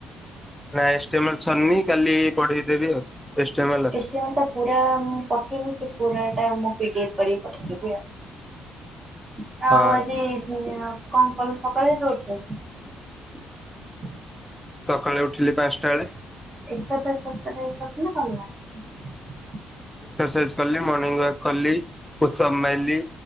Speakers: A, in the centre; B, on the right.
A: ନାଇଁଏଷ୍ଟିମେଲ୍ ସରିନି କାଲି ପଢେଇ ଦେବି ଆଉ ଏଷ୍ଟେମଲ
B: ଏଷ୍ଟିମେଲ୍ ଟା ପୁରା ମୁଁ ପଠେଇନି। ପୁରା ଟା ମୁଁ ପିଡିଏଫ୍ କରିକି ପଠେଇଦବି ଆଉ ଆଉ
A: ହଁ
B: ଆଜି କଣ କଲୁ ସକାଳେ ଯେତେବେଳେ ଉଠିଲୁ।
A: ସକାଳେ ଉଠିଲି ପାଞ୍ଚଟା ବେଳେ
B: <unintelligible>
A: ଏକ୍ସରସାଇଜ କଲି ମର୍ଣିିଂ ୱାକ କଲି ପୁଷପ୍ ମାରଲି